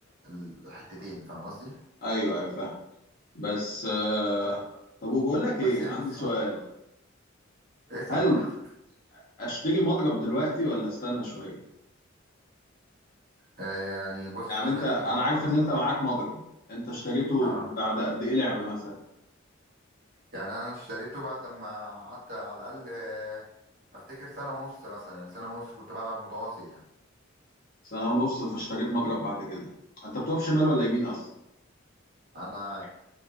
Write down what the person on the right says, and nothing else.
ال- الحتتين فاهم قصدي
ب-
بس هي
مش صعب
اسأل
براحتك
آه يعني بص
حتة
المضرب
دي
اه آه.
يعني انا اشتريته بعد ما قعدت على الاقل آه، افتكر سنة ونص مثلا يعني سنة ونص كنت بلعب متواصل يعني
انا